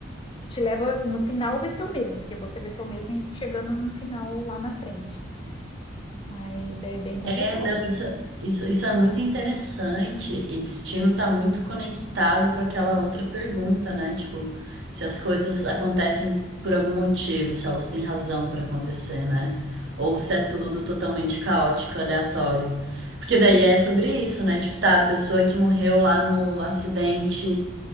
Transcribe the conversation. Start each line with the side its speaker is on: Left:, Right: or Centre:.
Left: Que te leva, no final vai ser o mesmo, porque você vai ser o mesmo e chegando no final lá na frente. Mas é bem complicado
Right: É, não,
Left: essas.
Right: isso, isso, isso é muito interessante e destino está muito conectado com aquela outra pergunta, né? Tipo, se as coisas acontecem por algum motivo, se elas têm razão para acontecer, né? Ou se é tudo totalmente caótico, aleatório. Porque daí é sobre isso, né? Tipo, tá, a pessoa que morreu lá no acidente